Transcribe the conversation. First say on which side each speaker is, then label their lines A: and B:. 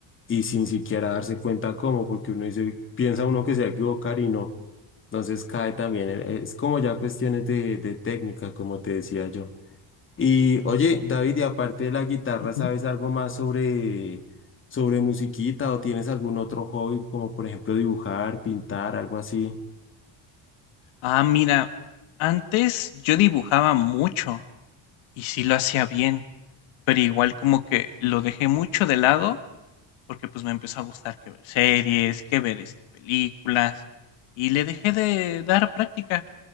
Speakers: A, on the left; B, on the left.
A: y sin siquiera darse cuenta cómo, porque uno dice, piensa uno que se va a equivocar y no. Entonces cae también, en- es como ya cuestiones de, de técnica, como te decía yo. Y oye, David, y aparte de la guitarra,
B: ujú.
A: ¿sabes algo más sobre, sobre musiquita o tienes algún otro hobby, como por ejemplo dibujar, pintar, algo así?
B: Ah, mira, antes yo dibujaba mucho y sí lo hacía bien. Pero igual como que lo dejé mucho de lado, porque pues me empezó a gustar que ver series, que ver este, películas, y le dejé de dar práctica.